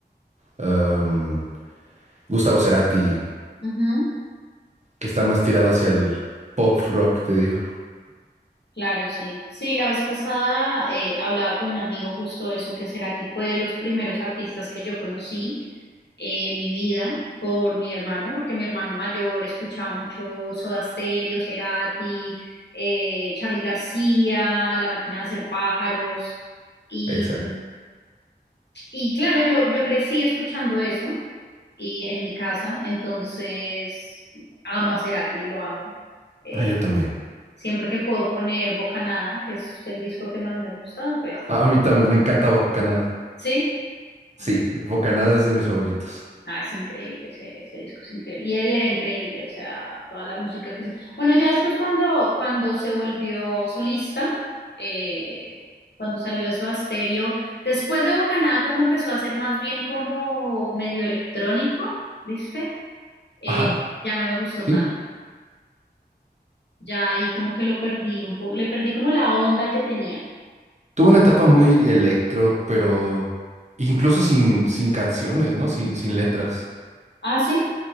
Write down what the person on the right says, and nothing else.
um, Gustavo Cerati,
que está más tirado hacia el pop rock, te digo.
Exacto.
Ah, yo también.
A a mí también me encanta Bocanada.
Sí, Bocanada es de mis favoritos.
Ajá,
sí.
Tuvo una etapa muy electro, pero incluso sin, sin canciones, ¿no? Sin, sin letras.